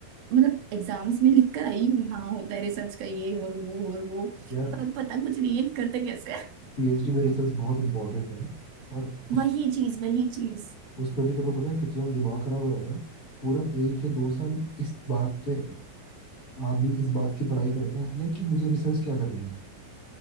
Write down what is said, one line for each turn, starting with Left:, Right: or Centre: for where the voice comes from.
Right: मतलब एग्जाम्स में लिख कर आई हूँ हाँ होता है रिसर्च का ये और वो और वो
Left: यार
Right: पर पता कुछ नहीं है कि करते कैसे है
Left: पीएचडी में रिसर्च बहुत इंपॉर्टेंट है और उस
Right: वही चीज वही चीज
Left: उसमें भी तेरे को पता है कितना दिमाग खराब हो जाता है पूरा एक या दो साल इस बात पे आदमी इस बात की पढ़ाई करता है कि मुझे रिसर्च क्या करनी